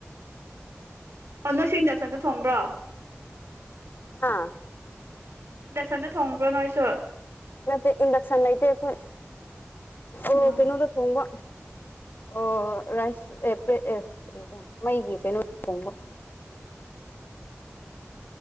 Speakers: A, on the right (about 70°); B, on the left (about 45°).
A: ꯑꯣ ꯅꯣꯢꯁꯤ ꯏꯟꯗꯛꯁꯟꯗ ꯊꯣꯡꯕ꯭ꯔꯣ꯫
B: ꯍꯥ
A: ꯏꯟꯗꯛꯁꯟꯗ ꯊꯣꯡꯕ꯭ꯔꯣ ꯅꯣꯏꯁꯨ꯫
B: ꯅꯠꯇꯦ ꯏꯟꯗꯛꯁꯟ ꯂꯩꯇꯦ ꯑꯩꯈꯣꯏ ꯑꯣ
A: ꯎꯝ
B: ꯀꯩꯅꯣꯗ ꯊꯣꯡꯕ꯫ ꯑꯣ ꯔꯥꯏꯁ ꯑꯦ ꯄꯔꯦꯛ ꯑꯦ ꯃꯩꯒꯤ ꯀꯩꯅꯣꯗ ꯊꯣꯡꯕ꯫